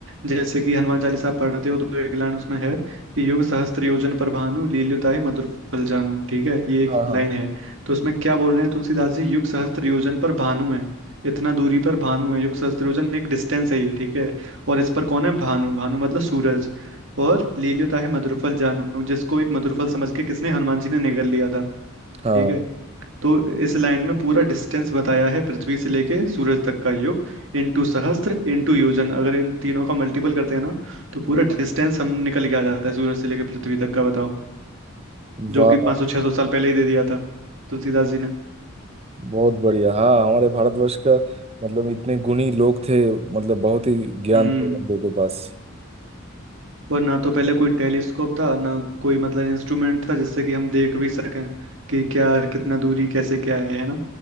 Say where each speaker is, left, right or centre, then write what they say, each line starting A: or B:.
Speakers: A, on the right (about 65°); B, on the right (about 30°).
A: जैसे कि हनुमान चालीसा पढ़ते हो तो एक लाइन उसमें है कि युग सहस्त्र योजन पर भानु लील्युताय मधुर फल जानू ठीक है ये एक
B: हाँ
A: लाइन
B: हाँ
A: है तो उसमें क्या बोल रहे हैं तुलसीदास जी युग सहस्त्र योजन पर भानु है इतना दूरी पर भानु है युग सहस्त्र योजन एक डिस्टेंस है ये ठीक है और इस पर कौन है भानु भानु मतलब सूरज और लील्युताय मधुर फल जानू जिसको एक मधुर फल समझ के किसने हनुमान जी ने निगल लिया था
B: हाँ
A: ठीक है तो इस लाइन में पूरा डिस्टेंस बताया है पृथ्वी से लेके सूरज तक का योग इनटू सहस्त्र इनटू योजन अगर इन तीनों का मल्टीपल करते हैं ना तो पूरा डिस्टेंस हम निकल के आ जाता है सूरज से लेके पृथ्वी तक का बताओ
B: वाह
A: जो कि 500 600 साल पहले ही दे दिया था तुलसीदास जी ने
B: बहुत बढ़िया हाँ हमारे भारतवर्ष का मतलब इतने गुणी लोग थे मतलब बहुत ही ज्ञान
A: हम्म
B: थे हम लोगों के पास
A: और ना तो पहले कोई टेलीस्कोप था ना कोई मतलब इंस्ट्रूमेंट था जिससे कि हम देख भी सकें कि क्या कितना दूरी कैसे क्या है है ना